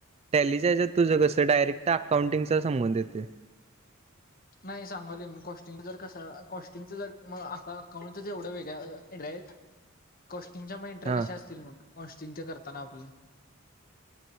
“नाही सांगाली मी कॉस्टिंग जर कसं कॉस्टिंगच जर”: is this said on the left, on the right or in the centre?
Left